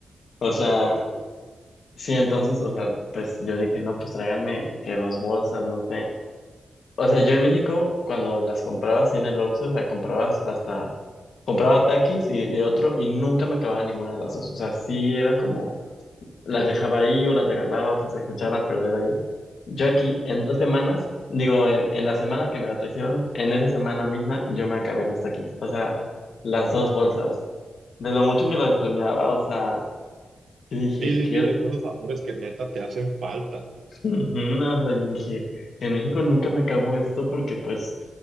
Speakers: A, on the left (about 70°); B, on the right (about 80°).
A: O sea,
B: Guau.
A: sí, entonces, o sea, pues yo dije, no, pues tráiganme que dos bolsas, no sé. O sea, yo en México, cuando las comprabas sí, en el Oxxo, o sea, comprabas hasta, compraba taquis y, y otro, y nunca me acababa ninguna de las dos. O sea, sí era como las dejaba ahí o las regalaba o sea, se echaban a perder ahí. Yo aquí, en dos semanas, digo, en, en la semana que me la trajeron, en esa semana misma yo me acabé las taquis, o sea, las dos bolsas. De lo mucho
B: Guau.
A: que las extrañaba, o sea, yo dije,
B: Sí, sí,
A: ¿qué?
B: sí, es
A: <laughs>
B: de esos sabores que neta te hacen falta.
A: Ujú, O sea, yo dije, en México nunca me acabo esto porque pues